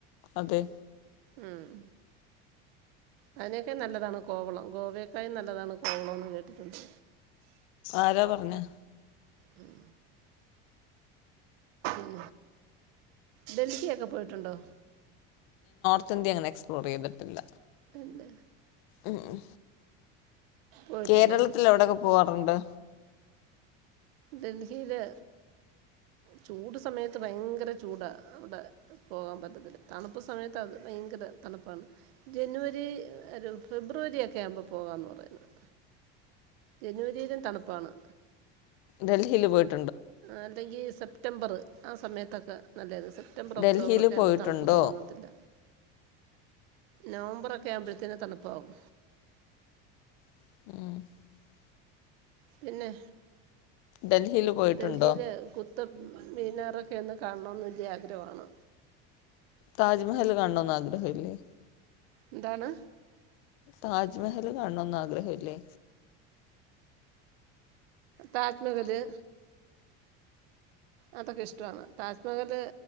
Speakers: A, on the left (about 65°); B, on the right (about 85°).
A: അതെ
B: ഉം അതിനേക്കാൾ നല്ലതാണ് കോവളം ഗോവൊക്കാലും നല്ലതാണ് കോവളം എന്ന് കേട്ടിട്ടുണ്ട്
A: ആരാ പറഞ്ഞെ
B: ഉം ഉം ഡൽഹിയൊക്ക പോയിട്ടുണ്ടോ
A: ത്തിന്ത്യ അങ്ങനെ എക്സ്പ്ലോർ ചെയ്തിട്ടില്ല
B: ഇല്ല
A: ഉം ഉം
B: പോയിട്ടില്ല
A: കേരളത്തിൽ എവിടൊക്കെ പോവാറു ണ്ട്
B: ഡൽഹിയില് ചൂട് സമയത്ത് ഭയങ്കര ചൂടാണ് അവിടെ പോകാൻ പറ്റത്തില്ല തണുപ്പ് സമയത്ത് അത് ഭയങ്കര തണുപ്പാണ് ജനുവരി ഒരു ഫെബ്രുവരി ഒക്കെ ആവുമ്പോ പോകാന്ന് പറയുന്നത് ജനുവരിയിലും തണുപ്പാണ്
A: ഡൽഹില് പോയിട്ടു
B: അല്ലെങ്കിൽ സെ -പ്ടെമ്പറ് ആ സമയത്തൊക്കെ നല്ല രസമാണ് സെപ്റ്റംബർ ഒക്ടോബറ
A: ഡൽഹിയില്
B: ഒക്കെ ആവുമ്പോൾ
A: പോയിട്ടുണ്ടോ
B: തണുപ്പ് തുടങ്ങത്തില്ല നവംബർ ഒക്കെ ആവുമ്പഴത്തേന തണുപ്പാകും
A: <inaudible>
B: പിന്നെ
A: ഡൽഹീൽ പോയിട്ടുണ്ടോ
B: ഡൽഹിയിൽ കുത്തബ് മിനാറൊക്കെ ഒന്ന് കാണണോന്ന് വല്യ ആഗ്രഹമണ്
A: താജ്മഹൽ കാണണോന്ന് ആഗ്രഹേല്ലേ
B: എന്താണ്
A: താജ്മഹൽ കാണണോന്ന് ആഗ്രഹല്ലേ
B: താജ്‌മഹല് അതൊക്കെ ഇഷ്ടമാണ്. താജ്മഹൽ